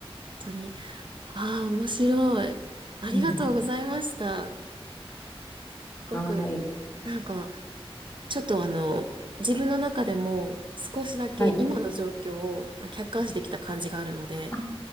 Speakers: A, on the right; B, on the left.
A: 本当に。ああ、面白い。ありがとうございました。
B: うん
A: すごく、
B: はい。
A: なんか、ちょっとあの、自分の中でも少しだけ今の状況を客観視できた感じがあるので、
B: はい。あ、